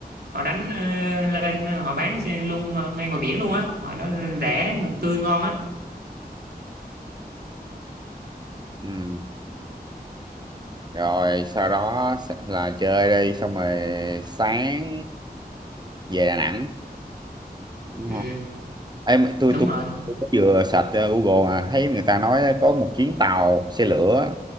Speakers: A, on the right; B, on the right.
A: họ đánh ờ, lên ờ, họ bán xe luôn ờ, ngay ngoài biển luôn á họ đó rẻ tươi ngon á
B: Ừ. Rồi sau đó sẽ là chơi đi xong rồi sáng về Đà Nẵng đúng
A: ừ
B: không? Em tôi
A: đúng
B: tôi
A: rồi
B: tôi có vừa search ờ, Google mà thấy người ta nói có một chuyến tàu xe lửa